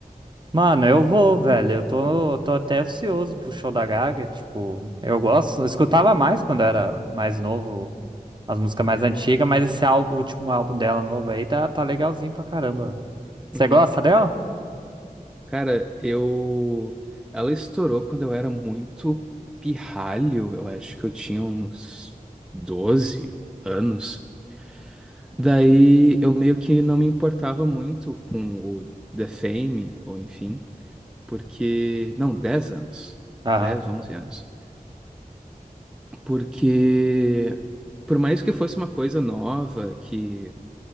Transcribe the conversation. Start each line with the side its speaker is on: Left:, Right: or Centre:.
Right: Mano, eu vou, velho. Eu tô, tô até ansioso pro show da Gaga. Tipo, eu gosto. Eu escutava mais quando era mais novo, as músicas mais antigas, mas esse álbum, último álbum dela novo aí tá, tá legalzinho pra caramba, velho. Você
Centre: Uhum.
Right: gosta dela?
Centre: Cara, eu. Ela estourou quando eu era muito pirralho, eu acho que eu tinha uns doze anos. Daí eu meio que não me importava muito com o The Fame, ou enfim. porque. Não, 10 anos.
Right: Aham.
Centre: dez onze anos. Porque, por mais que fosse uma coisa nova, que